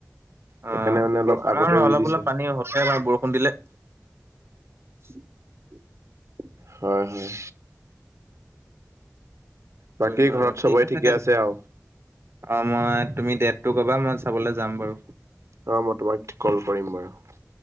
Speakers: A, on the right (about 80°); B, on the right (about 60°).
A: সেইকাৰণে
B: অ
A: মানে অলপ
B: আমাৰ
A: আগতে
B: অলপ
A: ৰুই দিছে।
B: অলপ পানী হৈছে বা বৰষুণ দিলে <inaudible>
A: হয় হয় বাকী
B: কৰিব আৰু
A: ঘৰত চবৰে
B: ঠিক আছে
A: ঠিকে
B: তেন্তে
A: আৰু?
B: অ মই তুমি ডেটটো ক'বা মই চাবলে যাম বাৰু
A: অ মই তোমাক কল কৰিম বাৰু